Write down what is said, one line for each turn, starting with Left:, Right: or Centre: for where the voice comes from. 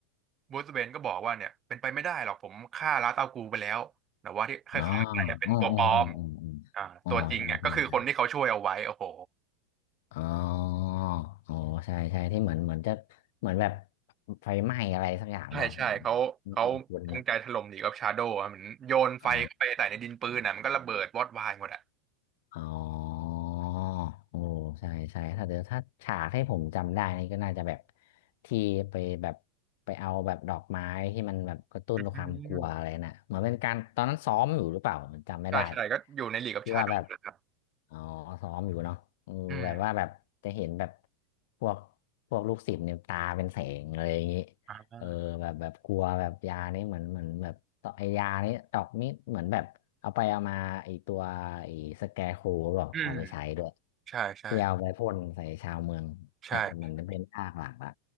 Right: บรูซเวย์นก็บอกว่าเนี่ยเป็นไปไม่ได้หรอกผมฆ่าลาตากูไปแล้วแต่ว่าที่เคยฆ่าไปเนี่ยเป็นตัวปลอม
Left: ออ๋ออ๋ออ๋ออ๋ออ๋อ
Right: อ่าตัวจริงเนี่ยก็คือคนที่เขาช่วยเอาไว้โอ้โห
Left: อ๋อใช่ใช่ อ๋ออ๋อใช่ใช่ที่เหมือนเหมือนจะเหมือนแบบไฟไหม้อะไรสักอย่างเปล่าผม
Right: ใช่ใช่เขาเขาจงใจถล่มหนีกับชาโดว์อะเหมือนโยนไฟเข้าไปใส่ในดินปืนอ่ะมันก็ระเบิดวอดวายหมดอ่ะ
Left: ไม่คุ้นๆนะอ๋อ อ๋อโอ้ใช่ใช่ถ้าเดี๋ยวถ้าฉากให้ผมจำได้นี่ก็น่าจะแบบที่ไปแบบไปเอาแบบดอกไม้ที่มันแบบกระตุ้นความกลัวอะไรน่ะเหมือนเป็นการตอนนั้นซ้อมอยู่หรือเปล่าผมจำไม่ได้
Right: อืมใช่ใช่ก็อยู่ในลีกกับชาโดว์นะครับ
Left: ที่ว่าแบบอ๋อซ้อมอยู่เนาะเออแบบว่าแบบจะเห็นแบบ
Right: อืม
Left: พวกพวกลูกศิษย์เนี่ยตาเป็นแสงเลยอย่างนี้
Right: อ่า
Left: เออแบบแบบกลัวแบบยานี้เหมือนเหมือนแบบต่อไอยานี้ดอกมิ้เหมือนแบบเอาไปเอามาไอตัวไอสแกร์โครหรอเอาไปใช้ด้วย
Right: อืมใช่ใช่
Left: ที่เอาไปพ่นใส่ชาวเมืองจะมันจะเป็นภาคหลักละ
Right: ใช่